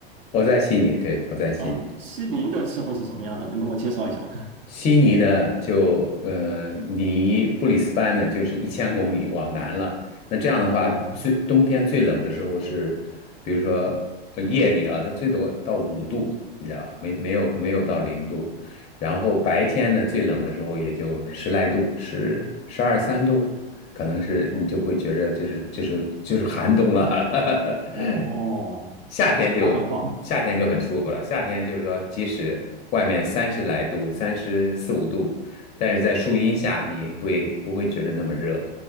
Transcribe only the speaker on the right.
啊，悉尼的气候是什么样的？能跟我介绍一下吗？
<laughs> 哦
哦哦，
那很好。